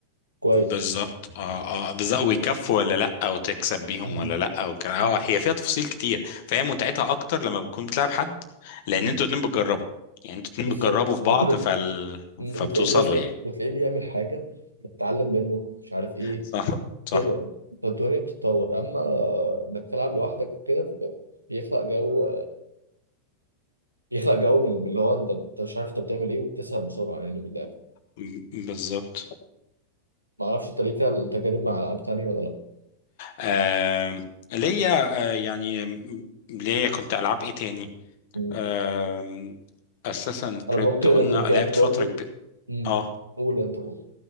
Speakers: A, on the right; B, on the left.
A: كويس
B: بالظبط اه اه بالظبط ويكفوا ولا لا وتكسب بيهم
A: مم.
B: ولا لا وكان اه
A: مم.
B: هي فيها تفاصيل كتير فهي متعتها اكتر لما بتكون بتلعب حد لان
A: مم.
B: انتوا اتنين بتجربوا يعني انتوا اتنين
A: بالظبط
B: بتجربوا في
A: وانتوا
B: بعض
A: الات-
B: فال...
A: مم.
B: فبتوصلوا
A: وتلاقيه مثلا
B: يعني
A: وتلاقيه بيعمل حاجه بتتعلم منه مش عارف ايه
B: صح صح
A: كده فالدنيا بتتطور اما انك تلعب لوحدك وكده فده بيخلق جو بيخلق جو من من اللي هو انت انت مش عارف انت بتعمل ايه وبتسهل بسرعه يعني من اللعب
B: م- بالظبط
A: ما اعرفش انت ليك تجارب مع العاب تانيه ولا
B: آه ليا آه يعني م- ليا كنت العاب ايه تاني
A: لا
B: آه اساسا
A: انا
B: كريد
A: ممكن
B: قلنا
A: اللي كانت
B: لعبت
A: برضو
B: فتره كبيره
A: امم
B: اه
A: قول انت قول